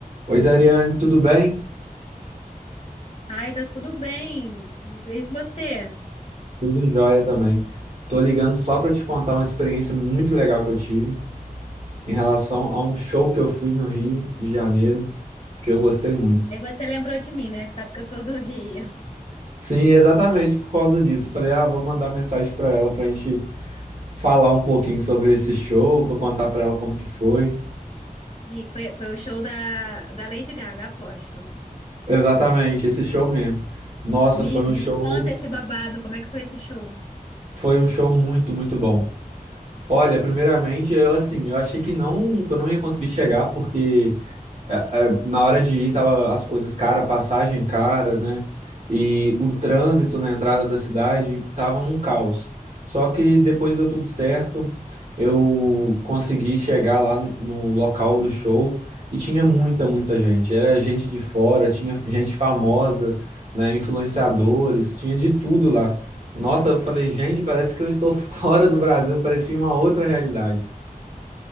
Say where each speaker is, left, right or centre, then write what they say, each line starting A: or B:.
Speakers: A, on the right; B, on the left.
A: Oi, Dariane, tudo bem?
B: Ai, tá tudo bem. E com você?
A: Tudo jóia também. Tô ligando só para te contar uma experiência muito legal que eu tive em relação a um show que eu fui no Rio de Janeiro, que eu gostei muito.
B: Aí você lembrou de mim, né? Que sabe que eu sou do Rio.
A: Sim, exatamente por causa disso. Eu falei, ah, vou mandar mensagem para ela para a gente falar um pouquinho sobre esse show, para contar para ela como que foi.
B: E foi, foi o show da, da Lady Gaga, aposto.
A: Exatamente, esse show mesmo. Nossa,
B: Menino,
A: foi um show,
B: conta esse babado. Como é que foi esse show?
A: foi um show muito, muito bom. Olha, primeiramente, eu assim, eu achei que não, que eu não ia conseguir chegar porque é, é, na hora de ir, tava as coisas cara, passagem cara, né? E o trânsito na entrada da cidade tava um caos. Só que depois deu tudo certo, eu consegui chegar lá no local do show e tinha muita, muita gente. Era gente de fora, tinha gente famosa, né? Influenciadores, tinha de tudo lá. Nossa, eu falei, gente, parece que eu estou <laughs> fora do Brasil, parecia uma outra realidade.